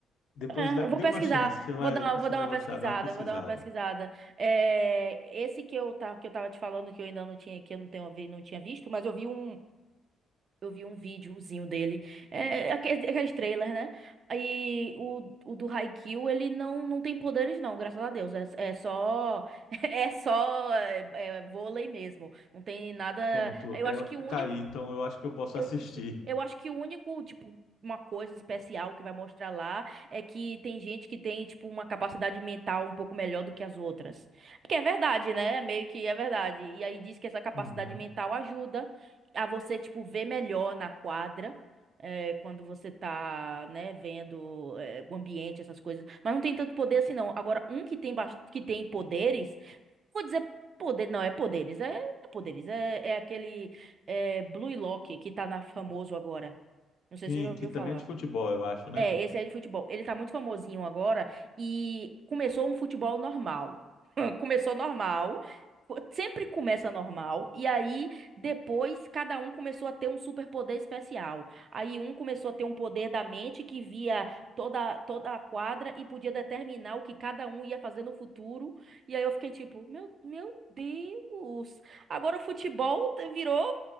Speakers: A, on the left (about 80°); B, on the right (about 50°).
A: Depois
B: É,
A: dá,
B: eu vou
A: dê
B: pesquisar,
A: uma chance, você vai,
B: vou dar,
A: você
B: vou dar
A: vai
B: uma
A: gostar,
B: pesquisada,
A: dá uma pesquisada.
B: vou dar uma pesquisada. É, esse que eu, tá, que eu tava te falando que eu ainda não tinha, que eu não tenho, vi- não tinha visto, mas eu vi um, eu vi um videozinho dele, é, aqueles, aqueles trailers, né? Aí o, o do Haikyuu, ele não, não tem poderes não, graças a Deus, é, é só, <laughs> é só é, é, vôlei mesmo, não tem nada,
A: Pronto,
B: eu
A: é,
B: acho que o único
A: tá aí, então eu acho que eu posso
B: é
A: assistir.
B: isso. Eu acho que o único, tipo, uma coisa especial que vai mostrar lá é que tem gente que tem, tipo, uma capacidade mental um pouco melhor do que as outras. Porque é verdade, né? Meio que é verdade. E aí diz que essa capacidade
A: Uhum.
B: mental ajuda a você, tipo, ver melhor na quadra. é, quando você tá, né, vendo, é, o ambiente, essas coisas. Mas não tem tanto poder assim, não. Agora, um que tem, bas- que tem poderes Vou dizer poder, não, é poderes, é, é poderes, é, é aquele é, Blue Lock que tá na famoso agora. Não sei
A: Sim,
B: se você já ouviu
A: que também
B: falar.
A: é de futebol, eu acho, né?
B: É, esse é de futebol. Ele tá muito famosinho agora e começou um futebol normal. <laughs> Começou normal, co- sempre começa normal, e aí depois cada um começou a ter um superpoder especial. Aí um começou a ter um poder da mente que via toda, toda a quadra e podia determinar o que cada um ia fazer no futuro. E aí eu fiquei tipo, meu, meu Deus! Agora o futebol virou.